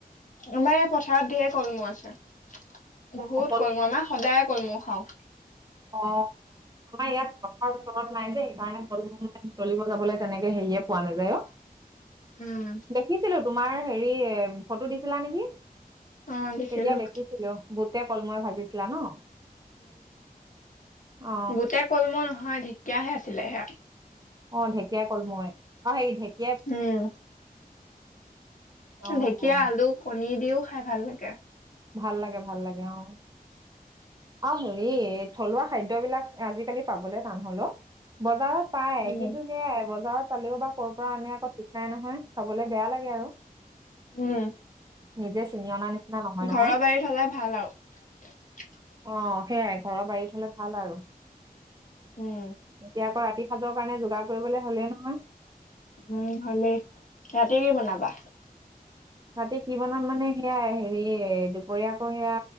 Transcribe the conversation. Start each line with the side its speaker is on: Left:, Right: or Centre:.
Left: আমাৰ এই পথাৰত ঢেৰ কলমৌ আছে। বহুত
Right: অ কল
Left: কলমৌ আমাৰ সদায় কলমৌ খাও।
Right: অ', আমাৰ ইয়াত কথাৰ ওচৰত নাই যে সেইকাৰণে <unintelligible> কলমৌ বুটলিব যাবলৈ তেনেকে হেৰিয়ে পোৱা নাযায় অ,
Left: উম।
Right: দেখিছিলো তোমাৰ হেৰি ফটো দিছিলা নেকি?
Left: অ দিছিলো
Right: তেতিয়া দেখিছিলো বুতে, কলমৌৱে মই ভাবিছিলা ন। অ
Left: বহুতে কলমৌ নহয় ঢেকীয়াহে আছিলে সেয়া।
Right: অ, ঢেকীয়াাই কলমৌৱে অ, হেৰি ঢে
Left: উম,
Right: অ
Left: ঢেকীয়া,
Right: অ
Left: আলু, কণী দিও। খাই ভাল লাগে।
Right: ভাল লাগে-ভাল লাগে অ - অ হেৰি থলুৱা খাদ্যবিলাক আজিকালি পাবলৈ টান হলেও বজাৰত পায়
Left: উম।
Right: কিন্তু সেয়াই বজাৰত পালেও বা ক'ৰ পৰা আনে আকৌ ঠিক নাই নহয় খাবলে বেয়া লাগে আৰু
Left: উম
Right: নিজে চিঙি অনা নিচিনা নহয়।
Left: ঘৰৰ
Right: নহয়
Left: বাৰীত হলে ভাল আৰু।
Right: অ, সেইয়াই ঘৰৰ বাৰীত হলে ভাল আৰু।
Left: উম।
Right: এতিয়া আকৌ ৰাতি সাজৰ কাৰণে যোগাৰ কৰিবলে হ'লেই নহয়।
Left: উম, হলে ৰাতি কি বনাবা।
Right: ৰাতি কি বনাম মানে সেয়া হেৰি দুপৰীয়া আকৌ সেয়া